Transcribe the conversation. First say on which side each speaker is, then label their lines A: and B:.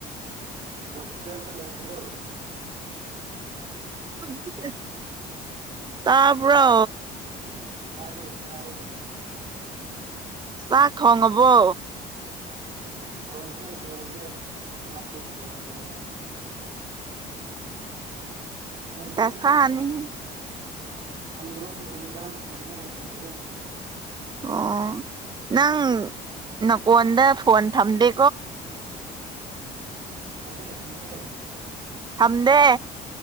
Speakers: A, on the right; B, on the right.
A: ꯍꯣꯁꯇꯦꯜꯗ ꯂꯩꯕ꯭ꯔꯣ
B: <unintelligible> ꯇꯥꯕ꯭ꯔꯣ
A: ꯇꯥꯏꯌꯦ ꯇꯥꯏꯌꯦ
B: ꯆꯥꯛ ꯊꯣꯡꯉꯕꯣ
A: ꯊꯣꯡꯈ꯭ꯔꯦ ꯊꯣꯡꯈ꯭ꯔꯦ ꯆꯥꯛꯇꯤ ꯊ꯭ꯣꯡꯈ꯭ꯔꯦꯗ ꯈꯣꯡꯗ꯭ꯔꯨꯝ
B: ꯗꯁꯥꯅꯤꯍꯦ
A: ꯈꯣꯡꯗ꯭ꯔꯨꯟ ꯏꯟꯁꯥꯡ ꯊꯣꯡꯉꯦ ꯈꯣꯡꯗ꯭ꯔꯨꯝ
B: ꯑꯣ ꯅꯪ ꯅꯀꯣꯟꯗ ꯐꯣꯟ ꯊꯝꯗꯦ
A: ꯊꯝꯃꯦ ꯊꯝꯃꯦ
B: ꯊꯝꯗꯦ